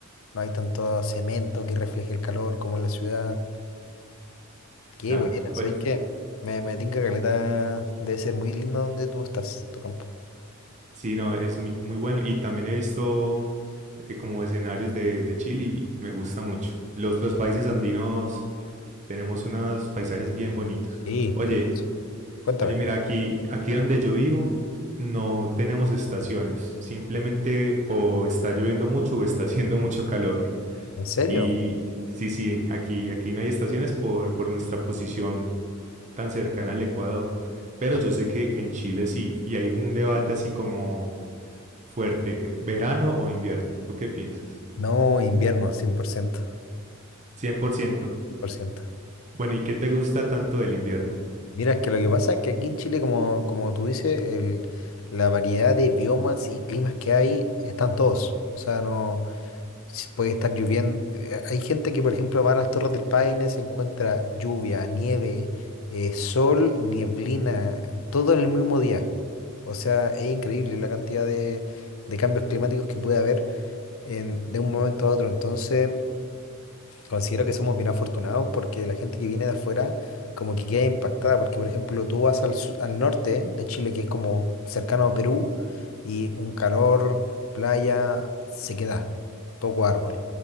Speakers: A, on the left; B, on the right.
A: no hay tanto cemento que refleje el calor como en la ciudad. Qué
B: Claro.
A: bueno, sabes
B: Oye,
A: que me, me tinca caleta. Debe ser muy lindo donde tú estás, tu campo.
B: sí, no, es muy, muy bueno. Y también he visto eh, como escenarios de, de Chile y me gusta mucho. Los, los países andinos tenemos unos paisajes bien bonitos.
A: Sí,
B: Oye,
A: precioso. Cuéntame.
B: oye, mira, aquí, aquí donde yo vivo no tenemos estaciones. Simplemente o está lloviendo mucho o está <laughs> haciendo mucho calor.
A: ¿En serio?
B: Y sí, sí, aquí, aquí no hay estaciones por, por nuestra posición tan cercana al Ecuador. Pero
A: Ah,
B: yo sé que en Chile sí, y hay un debate así como fuerte, verano o invierno. ¿Tú qué piensas?
A: no, invierno, cien por ciento,
B: 100%.
A: cien por ciento.
B: Bueno, ¿y qué te gusta tanto del invierno?
A: Mira, es que lo que pasa es que aquí en Chile, como, como tú dices, el- la variedad de biomas y climas que hay están todos. O sea, no. s- Puede estar lloviendo. eh, Hay gente que, por ejemplo, va a las Torres del Paine, se encuentra lluvia, nieve, eh, sol, nieblina, todo en el mismo día. O sea, es increíble la cantidad de, de cambios climáticos que puede haber en- de un momento a otro. Entonces, Considero que somos bien afortunados porque la gente que viene de afuera como que queda impactada, porque por ejemplo tú vas al, su- al norte de Chile, que es como cercano a Perú, y un calor, playa, sequedad, poco árbol.